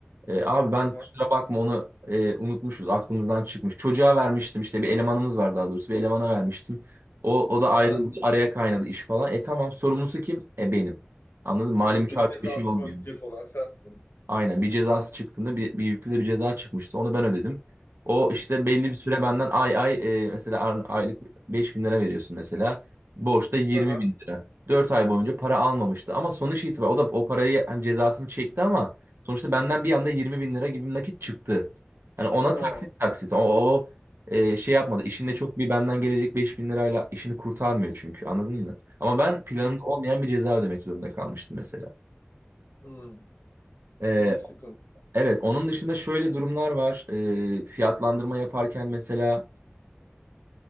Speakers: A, on the right; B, on the left.
A: E, abi ben
B: Aha.
A: kusura bakma onu e, unutmuşuz. Aklımızdan çıkmış. Çocuğa vermiştim işte bir elemanımız var daha doğrusu. Bir elemana vermiştim. O, o da ayrıldı.
B: Aha.
A: Araya kaynadı iş falan. E tamam sorumlusu kim? E benim. Anladın mı? Mali
B: E,
A: müşavir
B: be- Cezasını
A: bir şey olmuyor.
B: ödeyecek olan sensin.
A: Aynen bir cezası çıktığında bir, bir yüklü de bir ceza çıkmıştı. Onu ben ödedim. O işte belli bir süre benden ay ay e, mesela ar- aylık beş bin lira veriyorsun mesela. Borçta yirmi
B: Aha.
A: bin lira. dört ay boyunca para almamıştı. Ama sonuç itibariyle o da o parayı hani cezasını çekti ama sonuçta benden bir anda yirmi bin lira gibi bir nakit çıktı. Hani ona
B: Ha.
A: taksit taksit. O, o e, şey yapmadı. İşinde çok bir benden gelecek beş bin lirayla işini kurtarmıyor çünkü anladın mı? Ama ben planımda
B: Hı. Hı.
A: olmayan bir ceza ödemek zorunda kalmıştım mesela.
B: hmm.
A: E,
B: Büyük sıkıntı.
A: Evet,
B: Büyük
A: onun
B: sıkıntı.
A: dışında şöyle durumlar var. Ee, fiyatlandırma yaparken mesela